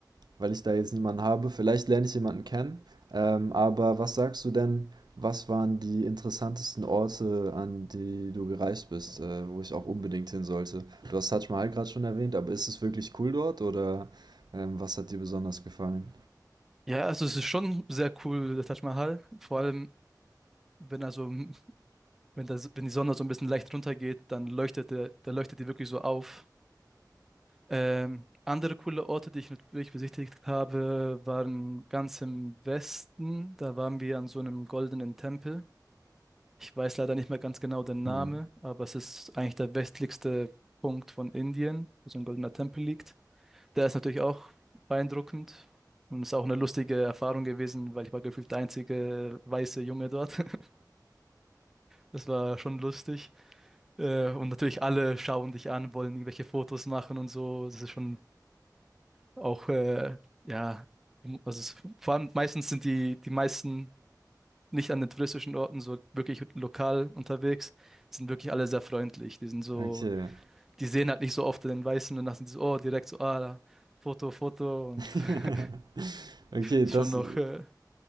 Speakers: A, on the right (about 75°); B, in the centre.
A: weil ich da jetzt niemanden habe. Vielleicht lerne ich jemanden kennen. Ähm, aber was sagst du denn, was waren die interessantesten Orte, an die du gereist bist, äh, wo ich auch unbedingt hin sollte? Du hast Taj Mahal gerade schon erwähnt, aber ist es wirklich cool dort oder ähm, was hat dir besonders gefallen?
B: Ja, also es ist schon sehr cool, der Taj Mahal. Vor allem, wenn er so, wenn das, wenn die Sonne so ein bisschen leicht runtergeht, dann leuchtet der, da leuchtet die wirklich so auf. Ähm, andere coole Orte, die ich natürlich besichtigt habe, waren ganz im Westen. Da waren wir an so einem goldenen Tempel. Ich weiß leider nicht mehr ganz genau den Namen,
A: Hm.
B: aber es ist eigentlich der westlichste Punkt von Indien, wo so ein goldener Tempel liegt. Der ist natürlich auch beeindruckend und ist auch eine lustige Erfahrung gewesen, weil ich war gefühlt der einzige weiße Junge dort. <laughs> Das war schon lustig. Äh, und natürlich alle schauen dich an, wollen irgendwelche Fotos machen und so. Das ist schon Auch, äh, ja, um- also es, vor allem meistens sind die, die meisten nicht an den touristischen Orten so wirklich lokal unterwegs, sind wirklich alle sehr freundlich. Die sind so,
A: Okay.
B: die sehen halt nicht so oft den Weißen und dann sind die so, oh, direkt so, ah, da, Foto, Foto und
A: <laughs>
B: <laughs>
A: Okay,
B: ist
A: das.
B: schon noch, äh,